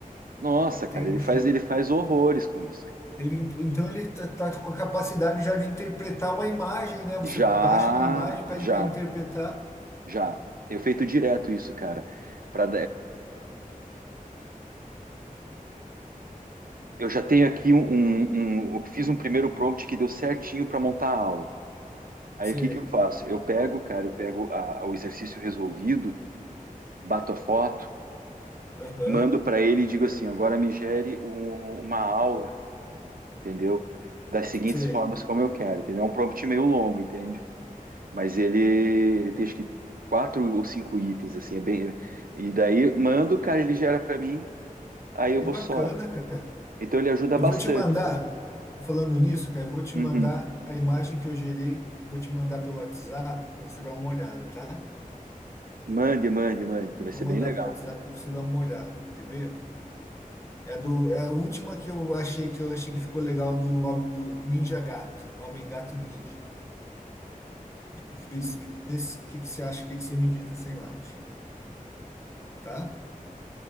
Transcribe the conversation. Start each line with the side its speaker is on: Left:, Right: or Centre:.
Right: Nossa,
Left: Entendi.
Right: cara, ele faz, ele faz horrores com isso. cara.
Left: Ele, então ele tá, tá com a capacidade já de interpretar uma imagem, né? Você
Right: Já,
Left: baixa uma imagem, pede
Right: já,
Left: para ele interpretar.
Right: já. Tenho feito direto isso, cara. Para Eu já tenho aqui um, um- um- eu fiz um primeiro prompt que deu certinho para montar a aula. Aí
Left: Sei.
Right: o que que eu faço? Eu pego, cara, eu pego a- a- o exercício resolvido, bato a foto,
Left: Aham.
Right: mando para ele e digo assim: agora me gere um- uma aula, entendeu? Das seguintes
Left: Sei.
Right: formas como eu quero, entendeu? É um prompt meio longo, entende? Mas ele, ele tem acho que quatro ou cinco itens, assim, é bem. E daí mando, cara, ele gera para mim, aí eu
Left: Que
Right: vou
Left: bacana,
Right: só.
Left: cara.
Right: Então ele ajuda
Left: Eu
Right: bastante.
Left: vou te mandar, falando nisso, cara, eu vou te
Right: Uhum.
Left: mandar a imagem que eu gerei, vou te mandar pelo WhatsApp para você dar uma olhada, tá?
Right: Mande, mande, mande, que
Left: Vou
Right: vai ser
Left: mandar
Right: bem legal.
Left: pelo WhatsApp para você dar uma olhada. Quer ver? É do, é a última que eu achei que eu achei que ficou legal do homem do Ninja Gato, Homem Gato Ninja. Que que vê se- vê se- que que você acha? O que que você me diz dessa imagem, tá?